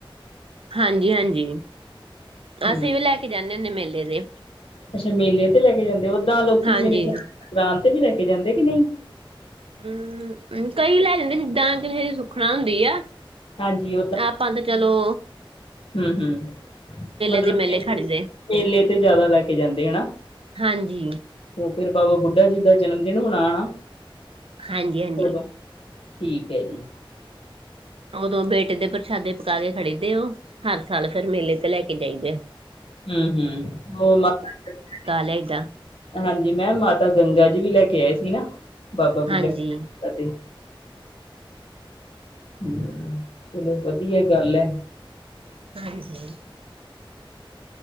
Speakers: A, on the right (about 80°); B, on the left (about 80°).
A: ਹਾਂਜੀ-ਹਾਂਜੀ
B: ਹੂੰ,
A: ਅਸੀਂ ਵੀ ਲੈ ਕੇ ਜਾਂਣੇ ਹੁੰਣੇ ਆ ਮੇਲੇ ਦੇ,
B: ਅੱਛਾ ਮੇਲੇ ਤੇ ਲੈ ਕੇ ਜਾਂਦੇ ਓਦਾਂ ਲੋਕੀ
A: ਹਾਂਜੀ
B: ਮੇਰੇ ਖਿਆਲ ਸੰਗਰਾਂਦ ਤੇ ਵੀ ਲੈ ਕੇ ਜਾਂਦੇ ਕਿ ਨਹੀਂ।
A: ਹੂੰ ਕਈ ਲੈ ਜਾਂਦੇ ਜਿਦਾ ਕਿਸੇ ਸੁਖਣਾ ਹੁੰਦੀ ਆ
B: ਹਾਂਜੀ
A: ਆਪਾਂ ਤੇ ਚੱਲੋ।
B: ਹੂੰ ਹੂੰ ਮਤਲਬ
A: ਦੇ ਮੇਲੇ ਖੜਦੇ
B: ਮੇਲੇ ਤੇ ਜ਼ਿਆਦਾ ਲੈ ਕੇ ਜਾਂਦੇ ਹਨਾ।
A: ਹਾਂਜੀ
B: ਤੇ ਫੇਰ ਬਾਬਾ ਬੁੱਢਾ ਜੀ ਦਾ ਜਨਮ ਦਿਨ ਹੋਣਾ ਹਨਾ।
A: ਹਾਂਜੀ-ਹਾਂਜੀ
B: ਉਦੋਂ ਠੀਕ ਏ ਜੀ।
A: ਉਦੋਂ ਬੇਟੇ ਦੇ ਪ੍ਰਸ਼ਾਦੇ ਪੱਕਾ ਕੇ ਖੜੇ ਦੇ ਉਹ ਹਰ ਸਾਲ ਫੇਰ ਮੇਲੇ ਤੇ ਲੈ ਕੇ- ਕੇ ਜਾਈਦੇ ਆ
B: ਹੂੰ ਹੂੰ ਹੋਰ ਮੱਥਾ ਟੇਕ ਗਿਆ ਸੀ
A: ਲਈਦਾ
B: ਹਾਂਜੀ ਮੈਂ ਮਾਤਾ ਗੰਗਾ ਜੀ ਵੀ ਲੈ ਕੇ ਆਏ ਸੀ ਨਾ ਬਾਬਾ ਬੁੱਢਾ
A: ਹਾਂਜੀ
B: ਐ ਤੇ, ਹਮ ਚੱਲੋ ਵਧੀਆ ਗੱਲ ਐ
A: ਹਾਂਜੀ।